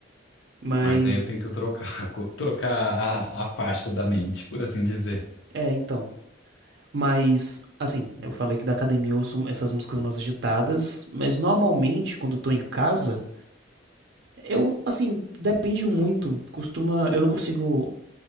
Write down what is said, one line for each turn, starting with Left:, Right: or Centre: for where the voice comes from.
Right: Mas.
Left: Mas aí eu tento trocar, <laughs> co- trocar a, a faixa da mente, por assim dizer.
Right: É, então. Mas, assim, eu falei que da academia eu ouço essas músicas mais agitadas, mas normalmente quando eu tô em casa, eu, assim, depende muito. Costuma. Eu não consigo.